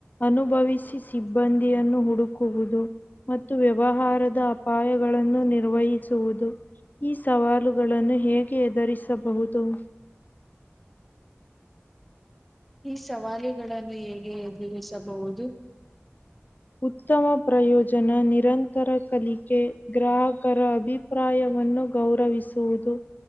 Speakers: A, on the left (about 40°); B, in the centre.
A: ಅನುಭವಿಸಿ ಸಿಬ್ಬಂದಿಯನ್ನು ಹುಡುಕುವುದು. <inaudible> ಮತ್ತು ವ್ಯವಹಾರದ ಅಪಾಯಗಳನ್ನು ನಿರ್ವಹಿಸುವುದು. <inaudible> ಈ ಸವಾಲುಗಳನ್ನು ಹೇಗೆ ಎದುರಿಸಬಹುದು. <inaudible>
B: ಈ ಸವಾಲಿಗಳನ್ನು ಹೇಗೆ ಎದುರಿಸಬಹುದು? <inaudible>
A: ಉತ್ತಮ ಪ್ರಯೋಜನ ನಿರಂತರ ಕಲಿಕೆ ಗ್ರಾಹಕರ ಅಭಿ <inaudible> ಪ್ರಾಯವನ್ನು ಗೌರವಿಸುವುದು. <inaudible>